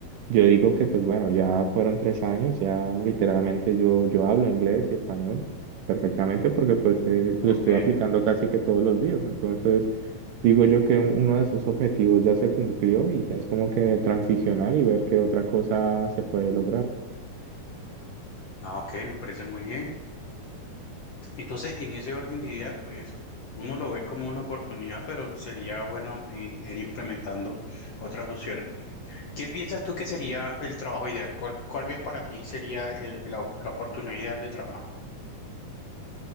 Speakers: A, on the right; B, on the left.
A: yo digo que, pues bueno, ya fueron tres años, ya literalmente yo, yo hablo inglés y español perfectamente porque pues eh,
B: Ok,
A: lo estuve aplicando casi que todos los días. Entonces, digo yo que un- uno de sus objetivos ya se cumplió y ya es como que transicionar y ver qué otra cosa se puede lograr.
B: Ah, ok, me parece muy bien. Entonces, en ese orden de ideas, pues uno lo ve como una oportunidad, pero sería bueno eh, ir implementando otras opciones. ¿Qué piensas tú que sería el trabajo ideal? ¿Cuál, cuál ves para ti sería el- la, la oportunidad ideal de trabajo?